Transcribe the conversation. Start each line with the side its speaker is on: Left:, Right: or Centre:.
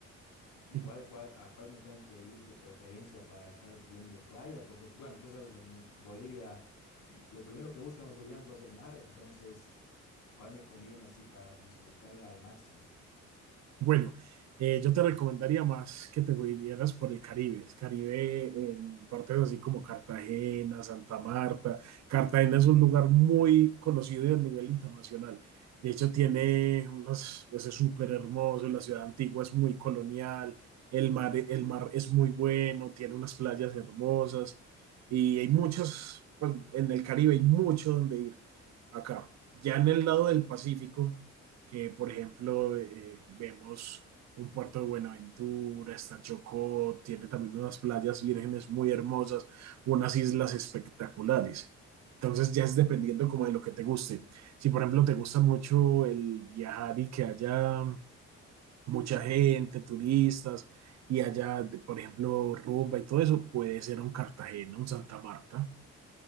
Left: ¿Y
Right: <laughs>
Left: cuál, cuál, a cuál me tengo que ir de preferencia para estar bien de playa? Porque, bueno, tú sabes, la- en Bolivia, <laughs> lo primero que buscan los bolivianos va a ser mar, entonces, ¿cuál me conviene así para disfrutarla al máximo?
Right: Bueno, eh, yo te recomendaría más que te vinieras por el Caribe. El Caribe en partes así como Cartagena, Santa Marta. Cartagena es un lugar muy conocido a nivel internacional. De hecho, tiene unas pues es súper hermoso. La ciudad antigua es muy colonial. El mar, el mar es muy bueno. Tiene unas playas hermosas. Y hay muchos, pues en el Caribe hay mucho donde ir acá. Ya en el lado del Pacífico que por ejemplo eh, vemos un puerto de Buenaventura, está Chocó, tiene también unas playas vírgenes muy hermosas, unas islas espectaculares. Entonces ya es dependiendo como de lo que te guste. Si por ejemplo te gusta mucho el viajar y que haya mucha gente, turistas, y haya de- por ejemplo rumba y todo eso, puede ser un Cartagena, un Santa Marta.